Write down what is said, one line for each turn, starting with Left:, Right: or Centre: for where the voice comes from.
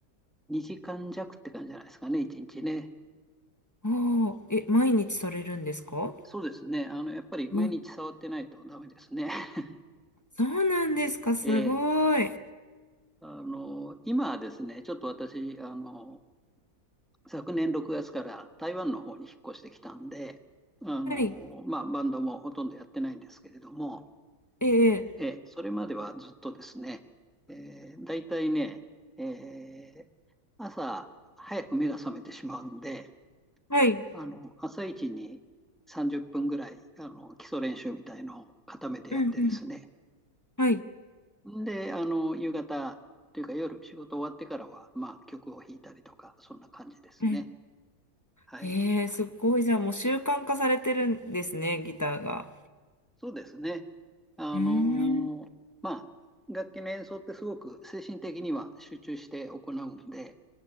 Centre: 2時間弱って感じじゃないですかね、1日ね。
Left: ああ、え、毎日されるんですか
Centre: そうですね。あの、やっぱり毎日触ってないとダメですね。
Left: うん
Centre: <laughs>
Left: そうなんですか、すごい。
Centre: ええあの、今はですね、ちょっと私、あの、昨年6月から台湾の方に引っ越してきたんで、あの、
Left: はい。
Centre: まあ、バンドもほとんどやってないんですけれども、
Left: ええ、
Centre: ええ、それまではずっとですね、えー、大体ね、えー、朝早く目が覚めてしまうんで、
Left: はい。
Centre: あの、朝一に30分ぐらい、あの、基礎練習みたいのを固めてやってですね、
Left: うんうん。はい。
Centre: うん、で、あの、夕方というか夜仕事終わってからは、まあ、曲を弾いたりとか、そんな感じですね。
Left: うん
Centre: はい。
Left: へえ、すごい。じゃあもう習慣化されてるんですね、ギターが。
Centre: そうですね。あのーまあ、
Left: うーん。
Centre: 楽器の演奏ってすごく精神的には集中して行うんで、